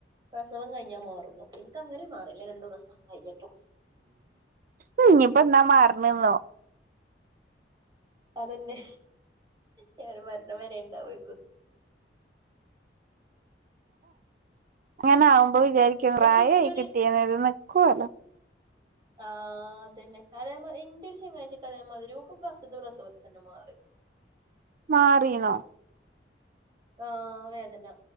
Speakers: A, on the right; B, on the right.
A: പ്രസവം കഴിഞ്ഞാൽ മാറുന്നൊക്കെ എനിക്കങ്ങനെും മാറിയില്ല രണ്ട് പ്രസവം കഴിഞ്ഞിട്ട്
B: ഉ ഇനിയിപ്പോ എന്താ മാറണന്നോ
A: അതെന്നെ ഞാൻ മരണവരെ ഉണ്ടാവ,,,,,
B: അങ്ങനെ ആകുമ്പോ വിചാരിക്കും പ്രായായി
A: പക്ഷെ ഇന്റൊരു
B: കിട്ടിയെങ്കിൽ ഇത് നിക്കൂല
A: ആഹ് അതന്നെ അതേ ഇന്റെ ഒരു ചെങ്ങായിച്ചിക്ക്അതേമാതിരി ഓൾ ക് ഫസ്ററിത്തെപ്രസവത്തി തന്നെ മാറി.
B: മാറിന്നോ.
A: ആഹ വേദന